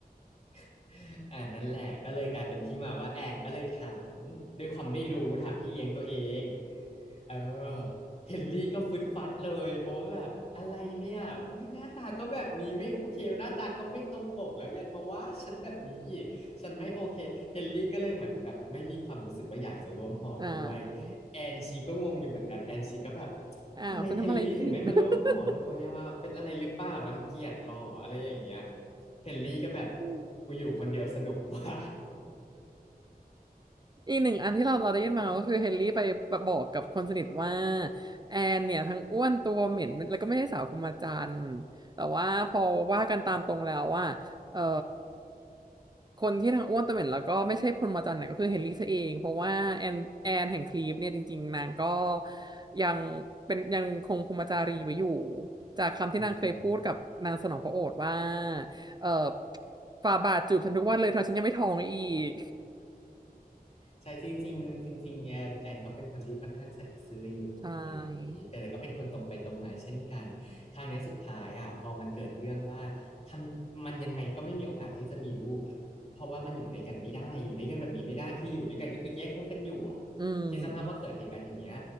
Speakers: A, on the left (about 40°); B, on the right (about 25°).
A: <laughs> อ่านั่นแหละก็เลยกลายเป็นที่มาว่าแอนก็เลยถามด้วยความไม่รู้ถามพี่เลี้ยงตัวเองเออเฮนรี่ก็ฟึดฟัดเลยเพราะว่าแบบอะไรเนี่ยเว้ยหน้าตาก็แบบนี้ไม่โอเคหน้าตาก็ไม่ตรงปกแล้วยังมาว่าฉันแบบนี้อีกฉันไม่โอเคเฮนรี่ก็เลยเหมือนแบบไม่มีความรู้สึกว่าอยากจะร่วมหอด้วย
B: อ่า
A: แอนชีก็งงอยู่เหมือนกันแอนชีก็แบบ
B: อ้าวฉันทำอะไรผิด
A: ทำไมเฮนรี่ถึงไม่มาร่วมหอเลยวะเป็นอะไรหรือเปล่ารังเกียจหรออะไรอย่างเงี้ย
B: <laughs>
A: เฮนรี่ก็แบบ
B: อื
A: กูอยู่คนเดียวสนุกกว่า
B: อีกหนึ่งอันที่เราเราได้ยินมาก็คือเฮนรี่ไปบอกกับคนสนิทว่าแอนเนี่ยทั้งอ้วนตัวเหม็นแล้วก็ไม่ใช่สาวคุมาจันทร์แต่ว่าพอว่ากันตามตรงแล้วว่าเอ่อคนที่ทั้งอ้วนตัวเหม็นแล้วก็ไม่ใช่พรหมจันทรย์เนี่ยก็คือเฮนรี่ซะเองเพราะว่าแอนแอนแห่งคลีฟเนี่ยจริงๆนางก็ยังเป็นยังคงพรหมจารีไว้อยู่จากคำที่นางเคยพูดกับนางสนองพระโอษฐ์ว่า
A: <laughs> จริงๆนะ
B: เอ่อฝ่าบาทจูบฉันทุกวันเลยเธอฉันยังไม่ท้องอีก
A: ใช่จริงๆจริงจริงๆแอนแอนเขาเป็นคนที่ค่อนข้างใส่ซื่ออยู่อะไรอย่างนี้แต่แต่ก็เป็นคนตรงไปตรงมาเช่นกันคราวเนี้ยสุดท้ายอ่ะพอมันเกิดเรื่องว่าทำมันยังไงก็ไม่มีโอกาสที่จะมีลูกอ่ะเพราะว่ามันอยู่ด้วยกันไม่ได้อยู่ด้วยกันแบบนี้ไม่ได้คืออยู่ด้วยกันก็คือแยกห้องกันอยู่อ่ะ
B: ใช่ อืม
A: คิดสภาพว่าเกิดเหตุการณ์อย่างเงี้ย